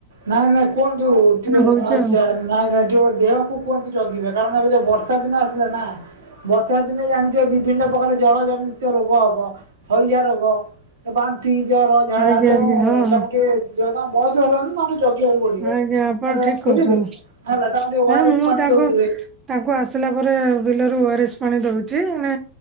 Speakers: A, on the right; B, on the right.
A: ନାଇଁ, ନାଇଁ କୁହନ୍ତୁ, ଟିକେ
B: ହଉଛୁ
A: ଆଚ୍ଛା
B: ଆଉ
A: ନାଇଁ ନାଇଁ, ତ ଦେହକୁ କୁହନ୍ତୁ ଜଗିବେ, କାରଣ ଏବେ ଯୋଉ ବର୍ଷା ଦିନ ଆସିଲା ନା, ବର୍ଷା ଦିନେ ଜାଣିଥିବେ, ବିଭିନ୍ନ ପ୍ରକାର ଜଳ ଜନିତ ରୋଗ ହବ। ହଇଜ ରୋଗ, ବାନ୍ତି, ଜର, ଝାଡା
B: ଆଜ୍ଞା
A: ତେଣୁ
B: ଆଜ୍ଞା ହଁ।
A: ତାଙ୍କୁ ଟିକେ ଯେ ମା ବୟସ ହେଲାଣି ନାତାକୁ ଟିକେ ଜ ଦେଖିବାକୁ ପଡିବ,
B: ଆଜ୍ଞା ଆପଣ
A: ଏ ଲା
B: ଠିକ କହୁଛନ୍ତି
A: ବୁଝିଲେ, ହେଲା ତାଙ୍କୁ ଓ
B: ନାଇଁ
A: ଆର
B: ମୁଁ
A: ଏସ୍‌ ପାଣି
B: ତାଙ୍କୁ
A: ଦଉଥିବେ।
B: ତାଙ୍କୁ ଆସିଲା ପରେ, ବିଲରୁ ଓ ଆର ଏସ୍ ପାଣି ଦଉଚି ଏଣେ